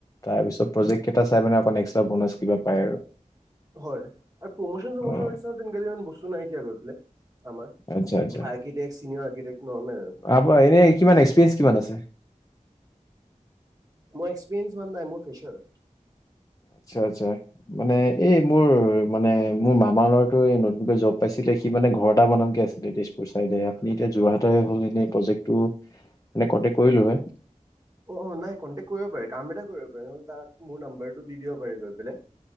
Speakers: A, on the left (about 25°); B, on the right (about 25°).
A: তাৰপিছত প্ৰজেক কেইটা চাই মানে অকণমান এক্সট্ৰা বনাচ কিবা পায় আৰু।
B: হয় আৰু প্ৰমোচন চমোচনৰ
A: অ',
B: নিচিনা তেনেকে ইমান বস্তু নাইকিয়া গৈ পেলাই আমাৰ
A: আচ্ছা, আচ্ছা
B: আৰ্কিটেক্ট চিনিয়ৰ আৰ্কিটেক্ট নৰ্মেল আৰু
A: আপোনাৰ এনে কিমান এক্সপিৰিয়েঞ্চ কিমান আছে?
B: মই এক্সপিৰিয়েঞ্চ সিমান নাই মই ফ্ৰেচাৰ।
A: আচ্ছা আচ্ছা মানে এই মোৰ মানে মোৰ মামা ল'ৰাটো এই নতুনকে জব পাইছিলে। সি মানে ঘৰএটা বনামকে আছিলে তেজপুৰ চাইদে আপুনি এতিয়া যোৰহাটতে হ'ল এনেই প্ৰজেক্টটো তে কৰিলো হয়।
B: অ অ নাই কন্টেক্ট কৰিব পাৰে কাম এটা কৰিব পাৰে নহ'লে তাক মোৰ নাম্বাৰটো দি দিব পাৰে গৈ পেলাই।